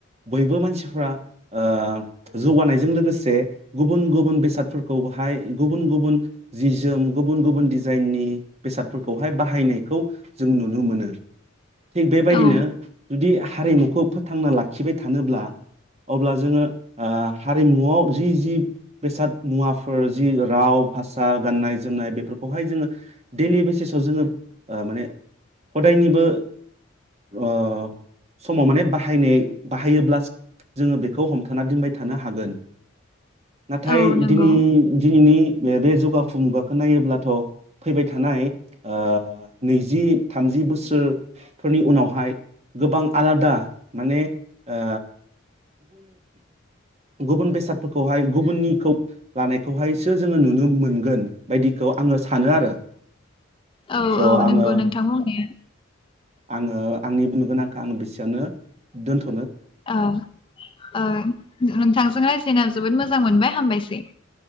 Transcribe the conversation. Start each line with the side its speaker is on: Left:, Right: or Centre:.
Right: बयबो मानसिफ्रा ओ जौगानायजों लोगोसे गुबुन गुबुन बेसादफोरखौ हाय। गुबुन गुबुन जि जोम गुबुन गुबुन डिजाइननि बेसादफोरखौहाय बाहायनायखौ जों नुनो मोनो। थिग बेबायदिनो
Left: औ
Right: जुदि हारिमुखौ फोथांना लाखिबाय थानोब्ला अब्ला जोङो ओ हारिमुआव जि जि बेसाद मुवाफोर जि राव भाषा गान्नाय जोमनाय बेफोरखौहाय जोङो डेलि बेसिसाव जोङो ओ माने हदायनिबो ओ समाव माने बाहायनाय बाहायोब्ला जोङो बेखौ हमथाना दोनबाय थानो हागोन। नाथाय
Left: औ नंगौ
Right: दिनै दिनैनि बे बे जुगाफ मुगाखौ नायोब्लाथ' फैबाय थानाय ओ नैजि थामजि बोसोर फोरनि उनावहाय गोबां आलादा माने ओ गुबुन बेसादफोरखौहाय गुबुननिखौ लानाय बेखौहायसो जोङो नुनो मोनगोन बायदिखौ आङो सानो आरो।
Left: औ
Right: स'
Left: औ
Right: आङो
Left: नंगौ नोंथां बुंनाया।
Right: आङो आंनि बुंनो गोन आांखौ आङो बेसेयावनो दोनथ'
Left: औ औ नोंथांजों राइज्लायना जोबोद मोजां मोनबाय हामबायसै।